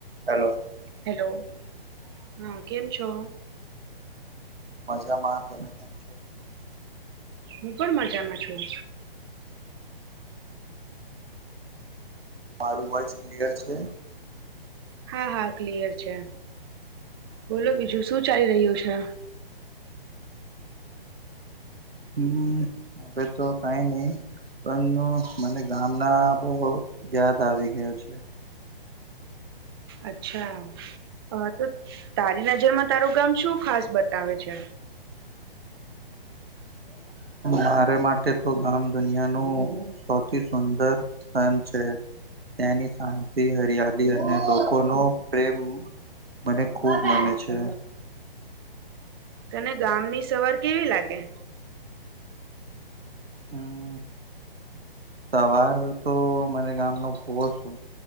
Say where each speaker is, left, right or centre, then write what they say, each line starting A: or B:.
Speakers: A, on the right; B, on the right.
A: Hello
B: hello, હા કેમ છો?
A: મજા મા, તમે કેમ છો
B: હું પણ મજામાં છું.
A: મારું વોઈસ ક્લિયર છે?
B: હા હા ક્લિયર છે, બોલો બીજું શું ચાલી રહ્યું છે?
A: હમ્મ, હબે તો કાઈ નહી. પ્રેમનો મને ગામના બહુ યાદ આવી ગયો છે.
B: અચ્છા, અ તો તારી નજરમાં તારું ગામ શું ખાસ બતાવે છે.
A: મારે માટે તો ગામ દુનિયાનું સૌથી સુંદર સ છે તેની શાંતિ હરિયાલી અને લોકોનો પ્રેમ- મને ખુબ મને છે.
B: તને ગામની સવાર કેવી લાગે-
A: હમ <unintelligible> સવાર તો મને ગામ ન ફવ છે.